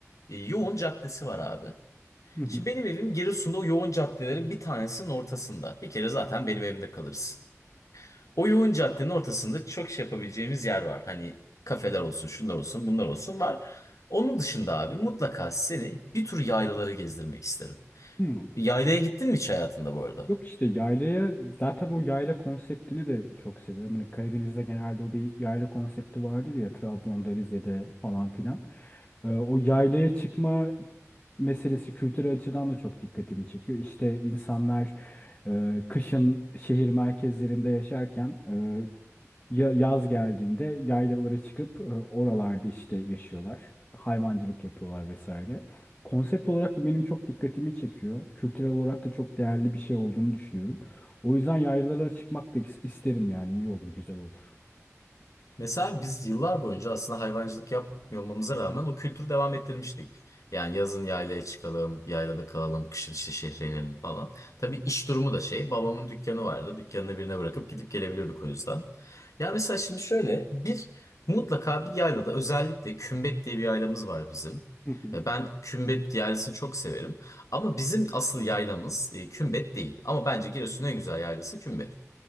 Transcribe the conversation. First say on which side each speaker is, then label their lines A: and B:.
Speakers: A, on the left; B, on the left.
A: e, yoğun caddesi var abi.
B: Hı hı.
A: Şimdi benim evim Giresun'da o yoğun caddelerin bir tanesinin ortasında. Bir kere zaten benim evimde kalırız. O yoğun caddenin ortasında çok şey yapabileceğimiz yer var. Hani kafeler olsun, şunlar olsun, bunlar olsun var. Onun dışında abi mutlaka seni bir tur yaylaları gezdirmek isterim.
B: Hı.
A: Yaylaya gittin mi hiç hayatında bu arada?
B: Yok işte yaylaya zaten o yayla konseptini de çok seviyorum. Hani Karadeniz'de genelde o bir yayla konsepti vardır ya Trabzon'da, Rize'de falan filan. Ee, o yaylaya çıkma meselesi kültürel açıdan da çok dikkatimi çekiyor. İşte insanlar e, kışın şehir merkezlerinde yaşarken e, ya- yaz geldiğinde yaylalara çıkıp e, oralarda işte yaşıyorlar. Hayvancılık yapıyorlar vesaire. Konsept olarak bu benim çok dikkatimi çekiyor. Kültürel olarak da çok değerli bir şey olduğunu düşünüyorum. O yüzden yaylalara çıkmak da is- isterim yani iyi olur, güzel olur.
A: Mesela biz yıllar boyunca aslında hayvancılık yapmıyor olmamıza rağmen o kültürü devam ettirmiştik. Yani yazın yaylaya çıkalım, yaylada kalalım, kışın işte şehre inelim falan. Tabii iş durumu da şey, babamın dükkanı vardı. Dükkanını birine bırakıp gidip gelebiliyorduk o yüzden. Ya mesela şimdi şöyle bir mutlaka bir yaylada özellikle Kümbet diye bir yaylamız var bizim.
B: Hı hı.
A: E, Ben Kümbet yaylasını çok severim. Ama bizim asıl yaylamız e, Kümbet değil. Ama bence Giresun'un en güzel yaylası Kümbet.